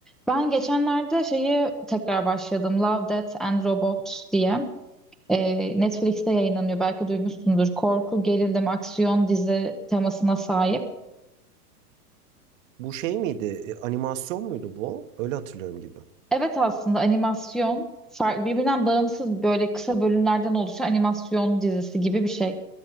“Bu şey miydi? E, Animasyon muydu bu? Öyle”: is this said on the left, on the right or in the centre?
Right